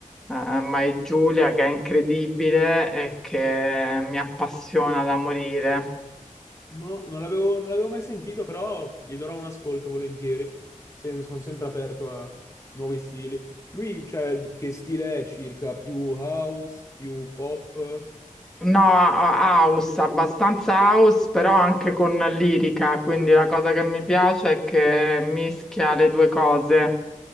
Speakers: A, in the centre; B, on the left (about 20°).
A: eh, My Giulia, che è incredibile e che mi appassiona da morire.
B: No, non l'avevo non l'avevo mai sentito, però gli darò un ascolto volentieri. Se- sono sempre aperto a nuovi stili. Lui, cioè, che stile è circa? Più house, più pop? Ok,
A: No, a- house, abbastanza house, però anche con lirica, quindi la cosa che mi piace è che mischia le due cose,